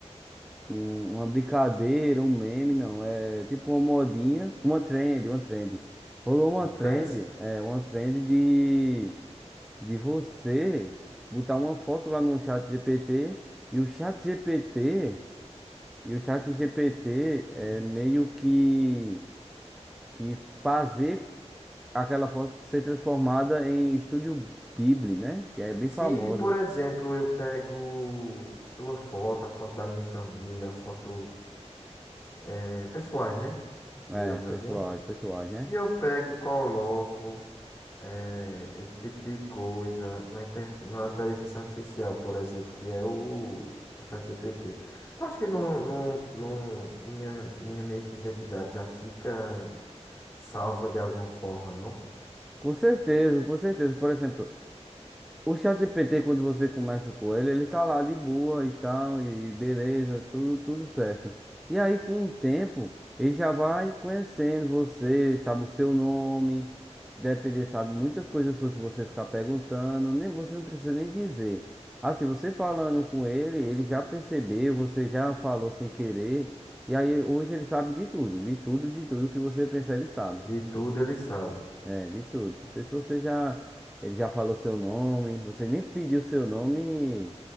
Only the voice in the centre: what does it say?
um- uma brincadeira, um meme, não. É tipo uma modinha, uma trend, uma trend. Rolou uma
trend,
é, uma trend de, de você botar uma foto lá no chat GPT e o chat GPT, e o chat GPT é meio que, que fazer aquela foto ser transformada em estúdio Ghibli, né? Que é bem
famosa.
É, pessoais,
pessoais,
né?
Com certeza, com certeza. Por exemplo, O ChatGPT, quando você começa com ele, ele tá lá de boa e tal, e beleza, tudo, tudo certo. E aí, com o tempo, ele já vai conhecendo você, sabe o seu nome, se depender, sabe muitas coisas suas se você ficar perguntando, nem você não precisa nem dizer. Assim, você falando com ele, ele já percebeu, você já falou sem querer, e aí hoje ele sabe de tudo, de tudo, de tudo que você pensar, ele sabe.
É, de tudo. Não sei se você já. Ele já falou seu nome. Você nem pediu seu nome.